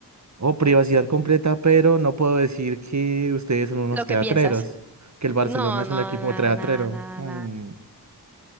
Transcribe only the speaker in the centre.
lo que
piensas.
No,
no,
nada,
nada, nada,
nada.